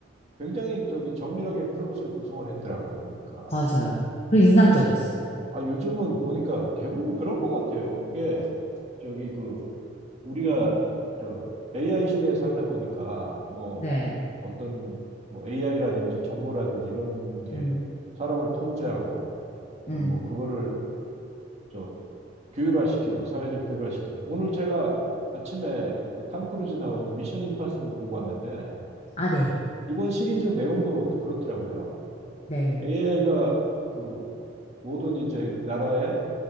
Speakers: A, on the right (about 35°); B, on the left (about 35°).
A: 굉장히 저기 정밀하게 플롯을 구성을 했더라고요, 보니까.
B: 맞아요. 그리고
A: 예.
B: 인상적이었어요.
A: 아, 요즘은 보니까 대부분 그런 것 같아요. 그게 저기 그, 우리가 저 AI 시대에 살다 보니까 뭐
B: 네.
A: 어떤 뭐 AI라든지 정보라든지 이런 게
B: 음,
A: 사람을 통제하고
B: 음.
A: 또 뭐 그거를 저 규율화시키고 사회적 규율화시키고 오늘 제가 아침에 그 탐 크루즈 나오는 미션 임파서블 보고 왔는데
B: 아, 네.
A: 이번 시리즈 내용도 그렇더라고요.
B: 네.
A: AI가 그 모든 이제 나라의